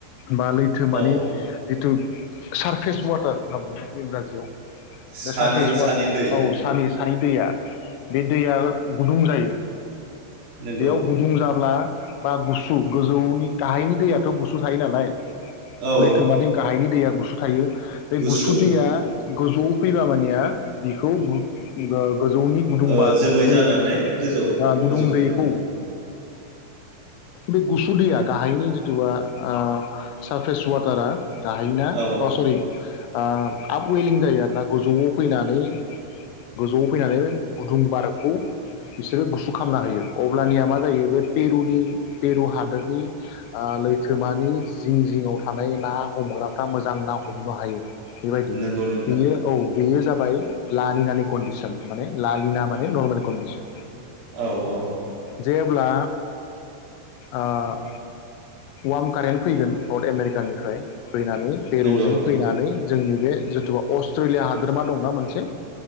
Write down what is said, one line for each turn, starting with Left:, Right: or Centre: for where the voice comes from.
Left: बा लैथोमानि
Right: औ
Left: जिथु। Surface water. होनना बुङो बे इंराजियाव
Right: सानै
Left: बे सापेसवान
Right: सानै दै
Left: औ सानि सानि दैया बे दैया गुदुं जायो
Right: नंगौ
Left: बेयाव गुदुं जाब्ला बा गुसु गोजौनि गाहायनि दैयाथ गुसु थायो नालाय
Right: औ
Left: लैथो मानि गाहायनि दैया गुसु। थायो। बे
Right: गुसु
Left: गुसुदिया गोजौ। फैबा मानिया बेखौ गो-ओ- गोजौनि गुदुं
Right: ओ
Left: बा
Right: जोमै
Left: गुदुं
Right: जानानै गोजौ
Left: ओ-गुदुं
Right: गोजौ
Left: दैखौ।
Right: थाङो
Left: बे गुसुदैया गाहायनि जिथुवा ओ-ओ-सारफेस। वाटारा गाहायना
Right: औ
Left: अ सरि। आ- आफ उइ जायो आरोना गोजौआव फैनानै गोजौआव फैनानै गुदुं बारखौ बिसोरो गुसु खालामना होयो अब्लानिया मा जायो बे पेरुनि पेरु हादोरनि ओ-लैथोमानि जिं जिङआव थानाय ना हमग्राफ्रा मोजां ना हमनो हायो। बेबायदि
Right: नंगौ नोंथां
Left: बेयो। बेयो जाबाय लालिनानि कन्डिसन माने लालिना माने नर्मेल कन्डिसन
Right: औ औ
Left: जेब्ला ओ- वार्म कारेन्ट फैगोन नर्थ आमेरिकानिफ्राय फैनानै पेरुजों
Right: नंगौ
Left: फैनानै। जोंनि बे जथुवा <unintelligible> हादोरमा दंना मोनसे